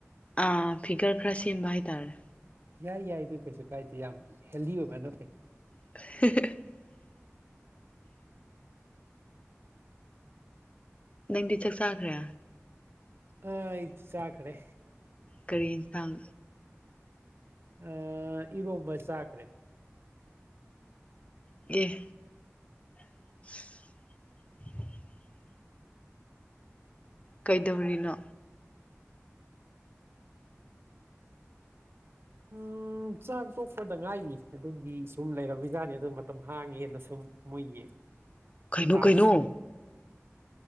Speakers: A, on the left; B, on the right.
A: ꯑꯥ ꯐꯤꯒꯔ ꯈ꯭ꯔ ꯁꯤꯦꯝꯕꯥ ꯍꯥꯏ ꯇꯔ
B: ꯌꯥꯏ ꯌꯥꯏ ꯑꯗꯨ ꯀꯩꯁꯨ ꯀꯥꯏꯗꯦ ꯌꯥꯝ ꯍꯦꯜꯗꯤ ꯑꯣꯏꯕꯅꯣꯈꯩ
A: <unintelligible> ꯅꯪꯗꯤ ꯆꯥꯛ ꯆꯥꯈ꯭ꯔꯦ
B: ꯑ ꯏ ꯆꯤ ꯆ ꯀꯔ
A: ꯀꯔꯤ ꯊꯥꯡ
B: ꯑ ꯏꯔꯣꯝꯕ ꯆꯥꯛꯈ꯭ꯔꯦ
A: ꯒꯤꯦ <unintelligible> ꯀꯩꯗꯧꯔꯤꯅꯣ
B: ꯎꯝ ꯆꯥꯛ ꯇꯣꯛꯄꯗ ꯉꯥꯏꯅꯤ ꯑꯗꯨꯒꯤ ꯁꯨꯝ ꯂꯩꯔꯝꯃꯤꯖꯥꯠꯅꯤ ꯑꯗꯨ ꯃꯇꯝ ꯍꯥꯡꯉꯦꯅ ꯁꯨꯝ ꯃꯣꯏꯒꯤ
A: ꯀꯩꯅꯨ
B: ꯇꯥꯛꯁ
A: ꯀꯩꯅꯅꯨ